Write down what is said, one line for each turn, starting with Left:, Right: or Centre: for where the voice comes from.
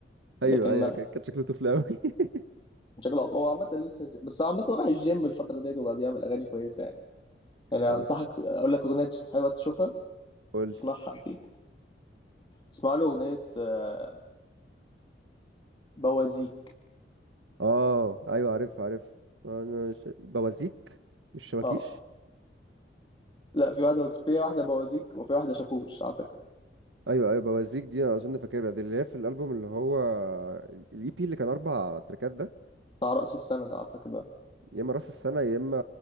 Right: ايوه
Left: لكن
Right: ايوه
Left: ما
Right: ك- كان شكله طفل قوي <laughs>
Left: شكله هو عامة لسه بس عامة راح الجيم الفترة ديت وبقى بيعمل أغاني كويسة يعني يعني
Right: والله
Left: أنصحك أقول لك أغنية حلوة تشوفها
Right: قول لي
Left: تسمعها أكيد اسمع له أغنية آه، بوازيك
Right: اه ايوه عارف عارف انا ش... بوازيك مش شبكيش
Left: أه لا في واحدة في واحدة بوازيك وفي واحدة شاكوش أعتقد
Right: ايوه ايوه بوازيك دي انا اظن فاكرها دي اللي هي في الالبوم اللي هو الاي بي اللي كان اربع تراكات ده
Left: بتاع رأس السنة ده أعتقد ده
Right: يا اما راس السنه يا اما